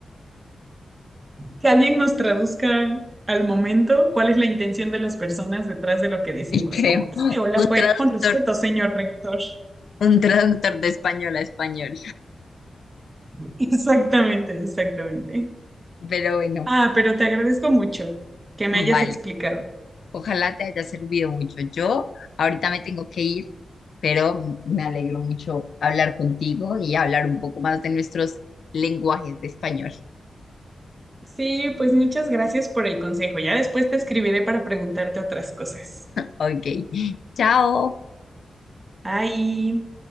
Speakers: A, on the right (about 25°); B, on the left (about 75°).
A: Que alguien nos traduzca al momento cuál es la intención de las personas detrás de lo que decimos,
B: Y creo,
A: como, este
B: un
A: hola fue
B: traductor,
A: con respeto, señor rector.
B: un traductor de español a español.
A: <laughs> Exactamente, exactamente.
B: Pero bueno,
A: Ah, pero te agradezco mucho que me
B: vale.
A: hayas explicado.
B: Ojalá te haya servido mucho. Yo ahorita me tengo que ir. pero me alegro mucho hablar contigo y hablar un poco más de nuestros lenguajes de español.
A: Sí, pues muchas gracias por el consejo. Ya después te escribiré para preguntarte otras cosas.
B: Ok, <laughs> chao.
A: Ahí.